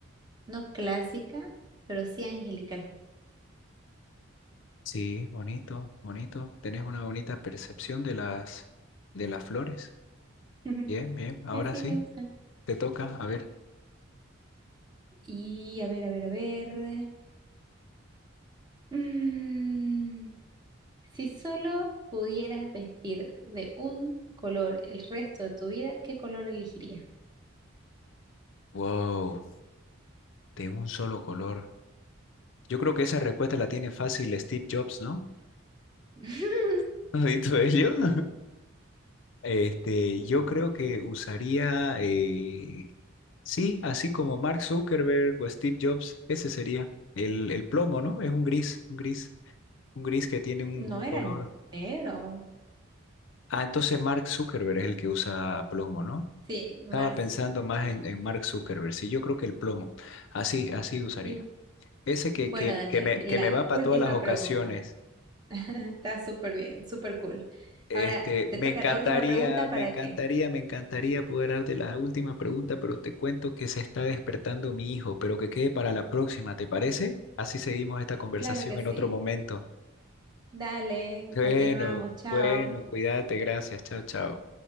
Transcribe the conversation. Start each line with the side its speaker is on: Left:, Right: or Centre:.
Right: No clásica, pero sí angelical.
Left: Sí, bonito, bonito. Tenés una bonita percepción de las, de las flores.
Right: Ujú.
Left: Bien, bien. Ahora
Right: Eh, Sí,
Left: sí,
Right: me gusta.
Left: te toca, a ver.
Right: Y a ver, a ver, a ver. Mm, si solo pudieras vestir de un color el resto de tu vida, ¿qué color elegirías?
Left: Wow. De un solo color. Yo creo que esa respuesta la tiene fácil Steve Jobs, ¿no?
Right: <laughs>
Left: <laughs> ¿No has visto ello? <laughs> Este, yo
Right: Mm,
Left: creo que usaría, eh, sí, así como Mark Zuckerberg o Steve Jobs, ese sería el, el plomo, ¿no? Es un gris, un gris, un gris que tiene un,
Right: No
Left: un
Right: era
Left: color.
Right: negro.
Left: Ah, entonces Mark Zuckerberg es el que usa plomo, ¿no?
Right: Sí, Mark
Left: Estaba pensando
Right: Zucker,
Left: más
Right: Sí.
Left: en, en Mark Zuckerberg, sí, yo creo que el plomo, así, así usaría.
Right: Y
Left: Ese que,
Right: bueno,
Left: que,
Right: Daniel,
Left: que me, que
Right: la
Left: me va para
Right: última
Left: todas las ocasiones.
Right: pregunta. <laughs> Está súper bien, súper cool.
Left: Este,
Right: Ahora te
Left: me
Right: toca
Left: encantaría,
Right: la última pregunta para
Left: me encantaría,
Right: qué?
Left: me encantaría poder darte la última pregunta, pero te cuento que se está despertando mi hijo, pero que quede para la próxima, ¿te parece? Así seguimos esta conversación
Right: Claro que
Left: en
Right: sí.
Left: otro momento.
Right: Dale,
Left: Bueno,
Right: continuamos. Chao.
Left: bueno, cuídate, gracias, chao, chao.